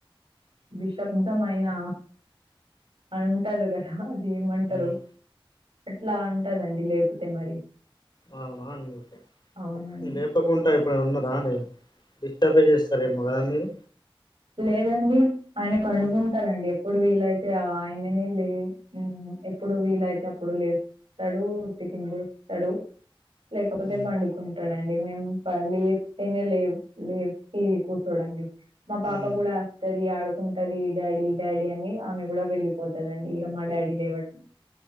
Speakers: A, on the right (about 75°); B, on the left (about 50°).
A: విశబ్దమైనా అంటరు కదా ది ఏమంటరు
B: ఉమ్,
A: అట్లా ఉంటదండి లేపితే మరి
B: అవునా అందుకే
A: అవునండి
B: లేపకుంట ఎప్పుడైన ఉన్నరా అండి డిస్టబే చేస్తారేమో కదా మీరు
A: లేదండి ఆయన పండుకుంటరండి
B: ఉమ్,
A: ఎప్ ప్పుడు వీలైతే ఆయననే లే మ్ ఎప్పుడు వీలైతే అప్పుడు లేస్ తడు టిఫిన్ జేస్తడు లేకపోతే
B: ఉమ్,
A: పండుకుంటడ డండి మేం ప లేప్తెనే లే లేపి కూర్చోడండి మా పాప
B: ఉమ్,
A: గుడా అస్తది ఆడు కుంటది డాడీ, డాడీ అని ఆమె గుడా వెళ్ళిపోతదండి ఇగ మా డాడీ లెవ్వడ